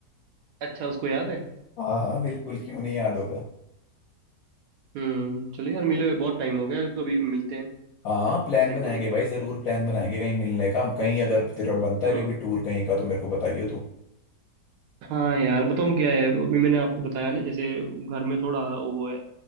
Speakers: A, on the right; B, on the left.
A: अच्छा उसको याद है
B: हाँ हाँ बिल्कुल क्यों नहीं याद होगा
A: हम्म चलो यार मिले हुए बहुत टाइम हो गया कभी मिलते हैं
B: हाँ प्लान
A: देखेंगे
B: बनाएंगे भाई जरूर प्लान बनाएंगे कहीं मिलने का कहीं अगर तेरा बनता है
A: हम्म
B: कहीं भी टूर कहीं का तो मेरे को बताइयो तू
A: हाँ यार बताऊँ क्या है अभी मैंने आपको बताया ना जैसे घर में थोड़ा वो है